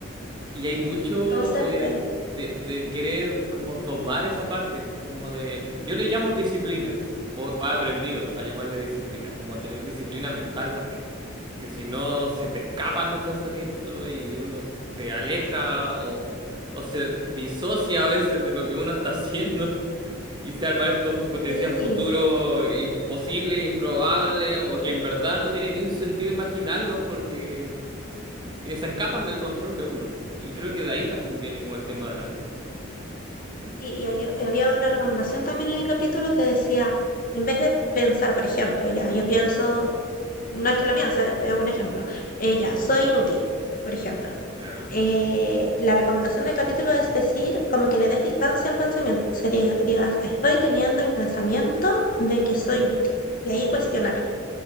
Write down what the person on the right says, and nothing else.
Y hay mucho
eh,
de, de querer como domar esa parte, como de, mm, yo le llamo disciplina, o he aprendido a llamarle disciplina, como tener disciplina mental también, porque si no se te escapan los pensamientos y uno se aleja o, o se disocia a veces de lo que uno está <laughs> haciendo y se arma estos, como te
decía, futuros imposibles, improbables o que en verdad no tiene ni un sentido imaginarlo porque que se escapan del control de uno. Y creo que de ahí también viene como el tema de la ansiedad.
Ujú.
Claro.